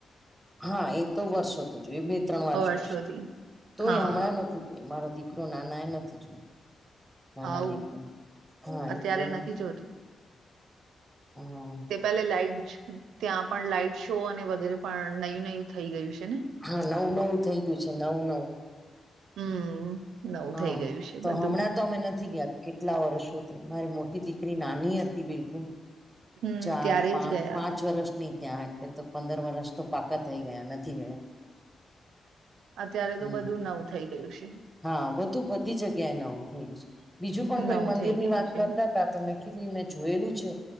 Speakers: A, in the centre; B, on the right.
A: હા એ તો વર્ષોથી જોયુ, એ બે ત્રણ વાર
B: વર્ષોથી
A: જોયું છે. તો
B: હા
A: એ હમણાં નથી. મારો દીકરો નાના એ નથી જોયુ. નાના
B: આવું
A: દીકરા, હા
B: અત્યારે
A: એટલે
B: નથી જોતું
A: હા
B: તે પેલે લાઈજ ત્યાં પણ લાાઈટ શો અને વગેરે પણ નયું નયું થઈ ગયું છે ને?
A: હા નવું નવું થઈ ગયું છે, નવું નવ
B: હમ નવું
A: હા,
B: થઈ ગયું છે
A: તો
B: બધું
A: હમણાં. તો અમે નથી ગયા, કેટલા વર્ષોથી, મારી મોટી દીકરી નાની હતી બિલકુલ.
B: હમ
A: ચાર,
B: ત્યારે
A: પાંચ,
B: જ ગયા
A: પાંચ
B: હતા
A: વર્ષની ત્યાં એટલે તો પંદર વર્ષ તો પાકા થઈ ગયા નથી ગયા.
B: અત્યારે તો
A: હમ
B: બધું નવું થઈ ગયું છે.
A: હા બધું બધી જગ્યાએ નવું થય ગયું છે, બીજું પણ કોઈ
B: નવું
A: મંદિર
B: થઈ
A: ની
B: ગયું
A: વાત
B: છે
A: કરતા. તા તો મેં કીધું મેં જોયેલું છે,